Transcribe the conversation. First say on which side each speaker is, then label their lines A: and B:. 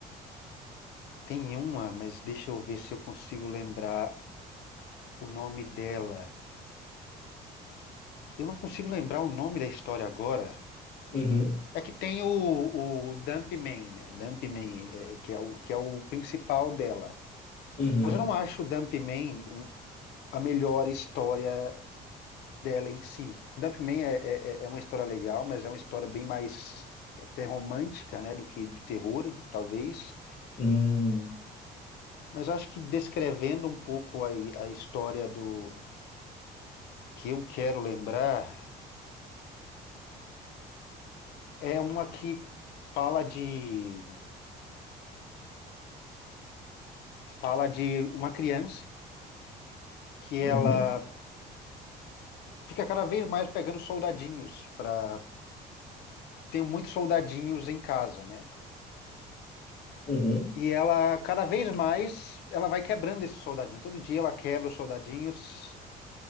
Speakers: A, on the left; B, on the left.
A: Tem uma, mas deixa eu ver se eu consigo lembrar o nome dela. Eu não consigo lembrar o nome da história agora.
B: Uhum,
A: É que tem o, o dump man né? Dumpman, é, é, que é o, que é o principal dela.
B: uhum,
A: Mas eu não acho o Dump man o- a melhor história dela em si. Dump Man é, é, é é uma história legal, mas é uma história bem mais até romântica, né, do que de terror, talvez.
B: uhum,
A: Mas acho que descrevendo um pouco a, a história do que eu quero lembrar, é uma que fala de fala de uma criança que
B: uhum,
A: ela fica cada vez mais pegando soldadinhos para tem muitos soldadinhos em casa, né?
B: uhum,
A: E ela cada vez mais ela vai quebrando esses soldadinhos. Todo dia ela quebra os soldadinhos